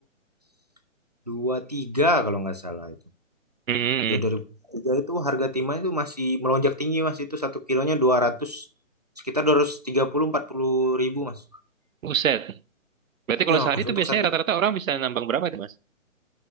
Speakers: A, on the right (about 35°); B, on the right (about 80°).
A: 2023 kalau nggak salah itu
B: mm
A: Ya 2003 itu harga timah itu masih melonjak tinggi mas. Itu satu kilonya dua ratus sekitar dua ratus tiga puluh empat puluh ribu mas.
B: Buset. Berarti kalau
A: Iya
B: sehari
A: mas
B: itu
A: untuk
B: biasanya
A: satu.
B: rata-rata orang bisa nambang berapa tuh, Mas?